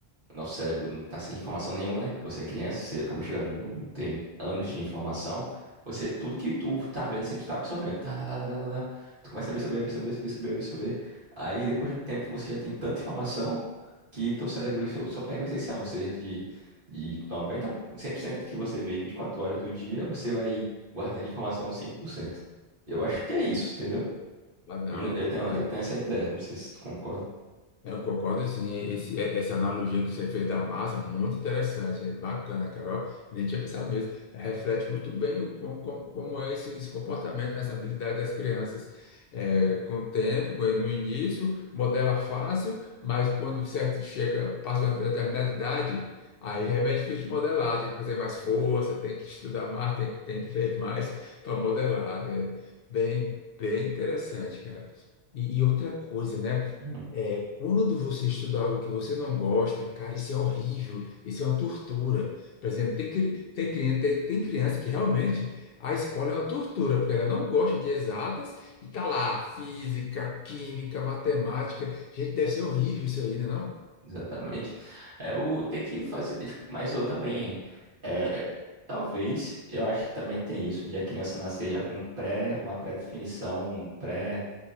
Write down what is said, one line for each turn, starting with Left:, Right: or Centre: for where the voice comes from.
Right: nosso cérebro não está sem informação nenhuma, né? Que você é criança, você acabou de chegar no mundo, não tem anos de informação. Você, tudo que tu tá vendo, assim, tu tá absorvendo. Tá, tá, tá, tá, tá, tá. tá. Tu começa a absorver, absorver, absorver, absorver, absorver. Aí, depois de um tempo, você já tem tanta informação que teu cérebro ele só, só pega o essencial. Ou seja, de, de noventa, cem por cento que você vê em 24 horas do dia, você vai guardar de informação 5%. Eu acho que é isso, entendeu?
Left: mas não.
Right: Eu tenho,
Left: E,
Right: eu tenho essa ideia, não sei se tu concorda.
Left: Eu concordo, sim. Esse- é- essa analogia que você fez da massa é muito interessante, é bacana, Carol. Eu nem tinha pensado nisso. Reflete muito bem o, como, como- como é esse, esse comportamento, nessa habilidade das crianças. É, com o tempo, com- no início, modela fácil, mas quando certo chega, passa uma determinada idade, aí é mais difícil de modelar. Tem que fazer mais força, tem que estudar mais, tem, que- tem que ler mais para modelar. É bem, bem interessante, cara. e e outra coisa, né?
Right: <laughs>
Left: É, quando você estuda algo que você não gosta, cara, isso é horrível, isso é uma tortura. Por exemplo, tem, cri- tem, cri- tem, tem criança que realmente a escola é uma tortura, porque ela não gosta de exatas e tá lá, física, química, matemática. Gente, deve ser horrível isso aí, né, não?
Right: Exatamente. É o ter que fazer, tipo, mas eu também é, talvez, eu acho que também tem isso de a criança nascer já com pré, uma pré-definição, um pré,